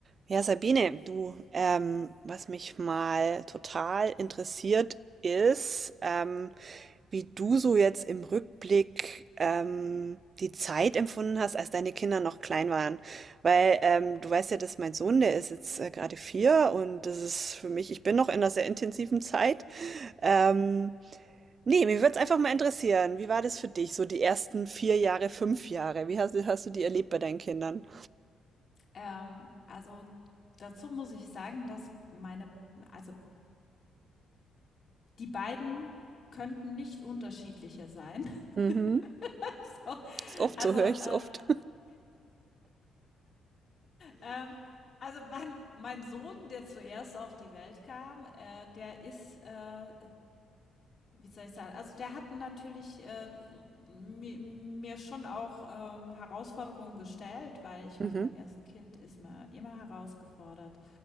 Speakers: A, on the right (about 45°); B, on the left (about 45°).
A: Ja, Sabine, du, ähm, was mich mal total interessiert ist, ähm, wie du so jetzt im Rückblick ähm, die Zeit empfunden hast, als deine Kinder noch klein waren. Weil ähm, du weißt ja, dass mein Sohn, der ist jetzt äh, gerade vier und das ist für mich, ich bin noch in einer sehr intensiven Zeit. Ähm, nee, mir würde es einfach mal interessieren, wie war das für dich, so die ersten vier Jahre, fünf Jahre? Wie hast, du- hast du die erlebt bei deinen Kindern?
B: Ähm, also, dazu muss ich sagen, dass meine also, die beiden könnten nicht unterschiedlicher sein. <laughs>
A: Mhm.
B: So,
A: Ist oft,
B: also,
A: so höre ich
B: äh,
A: es oft.
B: ähm, also mein mein Sohn, der zuerst auf die Welt kam, äh, der ist, äh Wie soll ich sagen? Also, der hat natürlich, äh, so mir schon auch, ähm, Herausforderungen gestellt, weil
A: <laughs>
B: ich meine,
A: Mhm.
B: beim ersten Kind ist man immer herausgefordert.